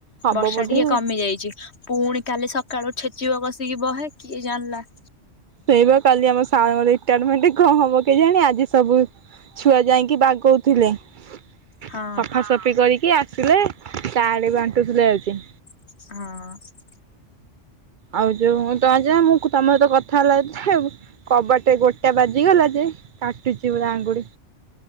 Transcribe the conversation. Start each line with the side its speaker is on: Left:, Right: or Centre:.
Right: ହବ
Left: ବର୍ଷା
Right: ବୋଧେ
Left: ଟିକେ
Right: ଆଉ
Left: କମି ଯାଇଛି। ପୁଣି କାଲି ସକାଳୁ ଛେଚିବ କସିକି ବହେ କିଏ ଜାଣିଲା।
Right: ସେଇପା କାଲି ଆମ ସାରଙ୍କ ରିଟାୟାରମେଣ୍ଟ କଣ ହବ କେଜାଣି ଆଜି। ସବୁ ଛୁଆ ଯାଇକି ବାଗଉଥିଲେ ସଫାସଫା।
Left: ହଁ
Right: କରିକି ଆସିଲେ ତାଳି ବାଣ୍ଟୁଥିଲେ ଆଜି।
Left: ହଁ।
Right: ଆଉ ଯୋଉ ତମେ ଜା ମୁଁ ତମ ସହିତ କଥା ହେଲା। କବାଟ ଗୋଡଟା ବାଜିଗଲା ଯେ କାଟୁଚି ପୁରା ଆଙ୍ଗୁଳି।